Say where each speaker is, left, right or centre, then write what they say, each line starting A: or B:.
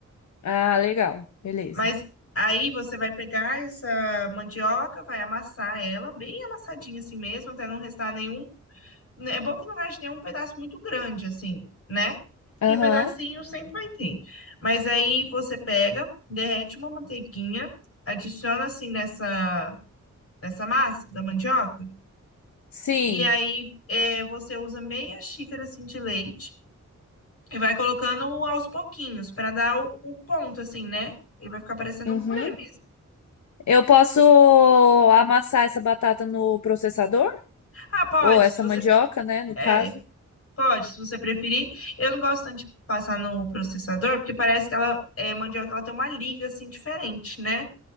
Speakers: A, on the left (about 70°); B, on the left (about 50°).
A: Ah, legal. Beleza.
B: Mas aí você vai pegar essa mandioca, vai amassar ela, bem amassadinha assim mesmo, até não restar nenhum né, É bom que não reste nenhum pedaço muito grande, assim, né? Porque
A: Aham.
B: pedacinho sempre vai ter. Mas aí você pega, derrete uma manteiguinha, adiciona assim nessa, nessa massa da mandioca.
A: Sim.
B: E aí é, você usa meia xícara assim de leite e vai colocando aos pouquinhos para dar o, o ponto, assim, né? Ele vai ficar parecendo
A: Uhum.
B: um purê mesmo.
A: Eu posso amassar essa batata no processador?
B: Ah, pode,
A: Ou essa
B: se você.
A: mandioca, né, no
B: É,
A: caso?
B: Pode, se você preferir. Eu não gosto tanto de passar no processador, porque parece que ela é mandioca, ela tem uma liga assim diferente, né?